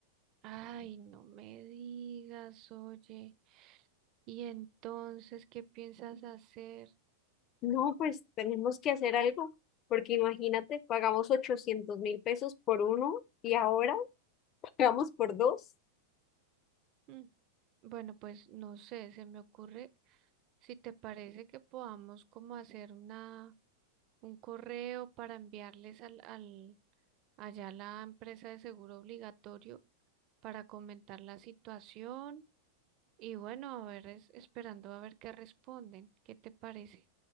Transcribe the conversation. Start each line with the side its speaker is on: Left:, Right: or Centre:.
Right: Ay, no me digas, oye. ¿Y entonces qué piensas hacer?
Left: No, pues tenemos que hacer algo, porque imagínate, pagamos ochocientos mil pesos por uno y ahora <laughs> pagamos por dos.
Right: Mm, Bueno, pues no sé, se me ocurre si te parece que podamos como hacer una un correo para enviarles al, al allá a la empresa de seguro obligatorio para comentar la situación y bueno, a ver, es- esperando a ver qué responden. ¿Qué te parece?